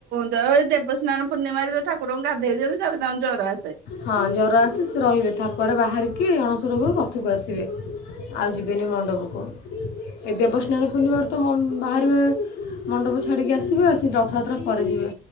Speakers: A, on the right (about 80°); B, on the left (about 80°).
A: ଦେବସ୍ନାନ ପୂର୍ଣ୍ଣିମାରେ ଯୋଉ ଠାକୁରଙ୍କୁ ଗାଧେଇ ଦିଅନ୍ତି ତାପରେ ତାଙ୍କୁ ଜର ଆସେ।
B: ହଁ ଜର ଆସେ ସେ ରହିବେ ତାପରେ ବାହାରିକି ଅଣସର ଘରୁ ରଥକୁ ଆସିବେ। ଆଉ ଯିବେନି ମଣ୍ଡପକୁ ଏ ଦେବସ୍ନାନ ପୂର୍ଣ୍ଣିମା ରୁ ତ ମନ୍ ବାହାରିବେ। ମଣ୍ଡପ ଛାଡ଼ିକି ଆସିବେ ଆଉ ସେ ରଥଯାତ୍ରା ପରେଯିବେ।